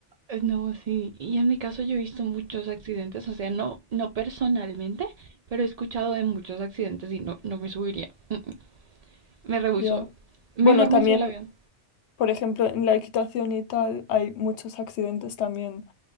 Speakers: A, on the right; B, on the left.
A: Eh, No, sí, y en mi caso yo he visto muchos accidentes, o sea, no, no personalmente, pero he escuchado de muchos accidentes y no, no me subiría. <laughs> Mm, mm, Me rehusó.
B: Ya.
A: Mejor
B: Bueno, también
A: me subo al avión.
B: por ejemplo, en la equitación y tal hay muchos accidentes también.